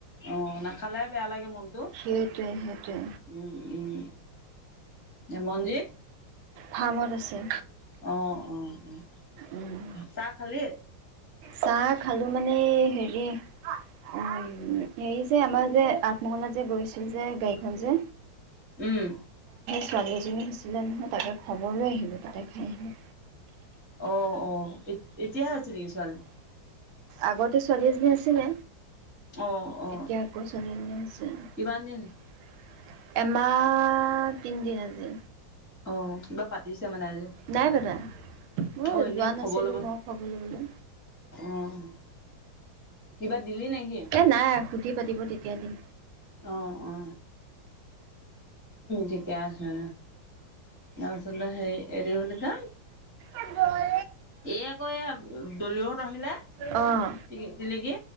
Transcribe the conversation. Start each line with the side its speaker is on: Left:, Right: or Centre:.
Left: অ নাখালে বেয়া লাগে মনটো
Right: সেইটোৱে সেইটোৱে
Left: উম উম এ মনজিৎ
Right: ফাৰ্মত আছে
Left: অ অ উম,
Right: উম,
Left: চাহ খালি
Right: চাহ খালো মানে হেৰী উম হেৰী যে আমাৰ যে আতমহলাত যে গৈছিল যে গাড়ী খন যে
Left: উম
Right: ছোৱালী এজনী হৈছিলে নহয় তাকে খবৰ লৈ আহিলোঁ, তাতে খাই আহিলোঁ।
Left: অ অ এতিয়াহে হৈছে নেকি ছোৱালী।
Right: আগতে ছোৱালী এজনী আছিলে
Left: অ অ
Right: এতিয়া আকৌ ছোৱালী এজনী আছে
Left: কিমান দিন
Right: এমাহ তিনদিন আজি
Left: অ কিবা পাতিছে মানে আজি
Right: নাই পাতা মই
Left: অ এনেই
Right: যোৱা নাছিলো
Left: খবৰ ল'ব
Right: মই খব লবলে
Left: অ কিবা দিলি নেকি?
Right: এ নাই সুধি পাতিব তেতিয়া দিম
Left: অ অ ঠিকে হে তাৰপিছতে হেৰি এইটো কি বুলি কয়।
Right: এ বলে
Left: এই আকৌ এই দলিওত আহিলে
Right: অঁ
Left: টি টিলিকি